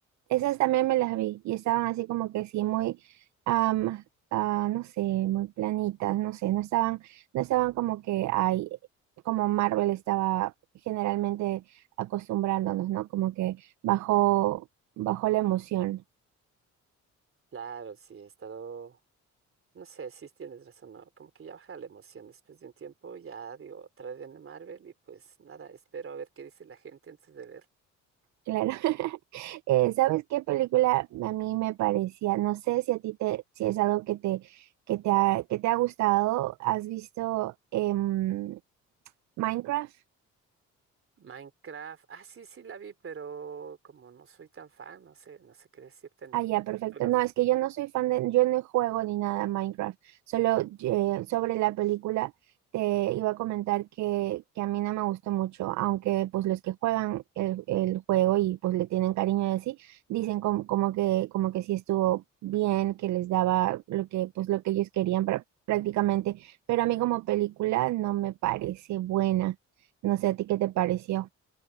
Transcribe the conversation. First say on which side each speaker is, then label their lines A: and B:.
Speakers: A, on the right; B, on the right.
A: Esas también me las vi y estaban así como que sí, muy, am, ah, no sé, muy planitas, no sé, no estaban, no estaban como que hay, como Marvel estaba generalmente acostumbrándonos, ¿no? Como que bajó, bajó la emoción,
B: claro, sí he estado, no sé, si tienes razón, ¿no? Como que ya baja la emoción después de un tiempo, ya digo, otra vez en Marvel y pues nada, espero a ver qué dice la gente antes de
A: claro. <laughs> Eh, ¿sabes qué película
B: ver.
A: a mí me parecía? No sé si a ti te, si es algo que te, que te ha, que te ha gustado. ¿Has visto em, Minecraft?
B: Minecraft, ah, sí, sí la vi, pero como no soy tan fan, no sé, no sé qué decirte, no.
A: Ah, ya, perfecto.
B: Tú- tú lo-
A: No, es que yo no soy fan de, yo no juego ni nada a Minecraft. Solo eh, sobre la película te iba a comentar que, que a mí no me gustó mucho, aunque pues los que juegan el, el juego y pues le tienen cariño de así, dicen com- como que, como que sí estuvo bien, que les daba lo que, pues lo que ellos querían pra- prácticamente, pero a mí como película no me parece buena. No sé a ti qué te pareció.